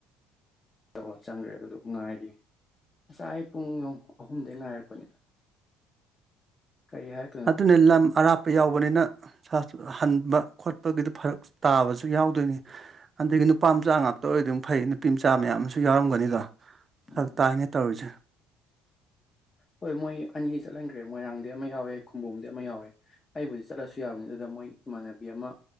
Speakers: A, on the left (about 25°); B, on the right (about 35°).
A: ꯇꯧ ꯆꯪꯒꯔꯦꯕ ꯑꯗꯨ ꯉꯥꯏꯔꯤ ꯉꯁꯥꯏ ꯄꯨꯡ ꯑꯍꯨꯝꯗꯒꯤ ꯉꯥꯏꯔꯛꯄꯅꯤ ꯀꯔꯤ ꯍꯥꯏ
B: ꯑꯗꯨꯅ ꯂꯝ ꯑꯔꯥꯞ ꯄ ꯌꯥꯎꯕꯅꯤꯅ ꯍꯟꯕ ꯈꯣꯠꯄꯒꯤꯗ ꯐꯔꯛ ꯇꯥꯕꯖꯨ ꯌꯥꯎꯗꯣꯏꯅꯤ ꯑꯗꯩꯒꯤ ꯅꯨꯄꯥ ꯃꯆꯥ ꯉꯥꯛꯇ ꯑꯣꯏꯔꯗꯤ ꯑꯃꯨꯛ ꯐꯩ ꯅꯨꯄꯤ ꯃꯆꯥ ꯃꯌꯥꯝ ꯑꯃꯁꯨ ꯌꯥꯎꯔꯝꯒꯅꯤꯗꯣ
A: ꯎꯝ
B: ꯐꯔꯛ ꯇꯥꯏꯅꯦ ꯇꯧꯔꯤꯖꯦ
A: ꯍꯣꯏ ꯃꯣꯏ ꯑꯅꯤ ꯆꯠꯍꯟꯒꯔꯦ ꯃꯣꯏꯔꯥꯡꯗꯤ ꯑꯃ ꯌꯥꯎꯋꯦ ꯈꯣꯡꯕꯣꯝꯗꯒꯤ ꯑꯃ ꯌꯥꯎꯋꯦ ꯑꯩꯕꯨꯗꯤ ꯆꯠꯂꯁꯨ ꯌꯥꯕꯅꯤ ꯑꯗꯨꯗ ꯃꯣꯏ ꯏꯃꯥꯟꯅꯕꯤ ꯑꯃ